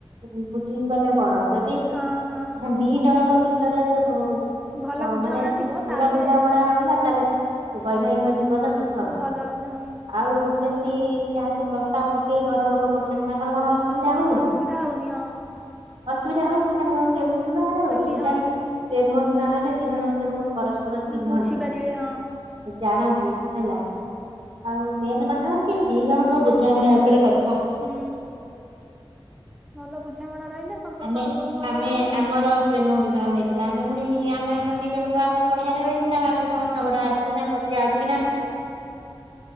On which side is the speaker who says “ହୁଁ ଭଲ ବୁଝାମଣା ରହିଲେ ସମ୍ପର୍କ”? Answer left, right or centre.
Centre